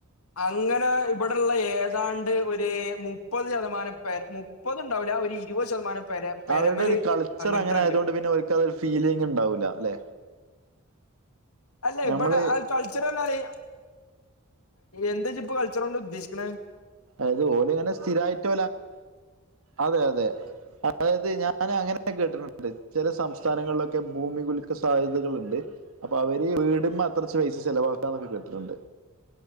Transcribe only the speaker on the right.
അവരുടെ ഒരു കൾച്ചർ
അങ്ങനെ ആയതുകൊണ്ട് പിന്നെ ഓൽക്ക് അതൊരു ഫീലിംഗ് ഉണ്ടാവൂല്ല അല്ലെ
ഞമ്മള്
അത് ഓല് ഇങ്ങനെ സ്ഥിരായിട്ട് അതെ അതെ അതായത് ഞാൻ അങ്ങനെ കേട്ടിട്ടുണ്ട് ചില സംസ്ഥാനങ്ങളിലൊക്കെ ഭൂമി കുലുക്ക സാധ്യതകളുണ്ട് അപ്പൊ അവര് വീടുമ്മത്രച്ച പൈസ ചിലവാക്കാന്നൊക്കെ കേട്ടിട്ടുണ്ട്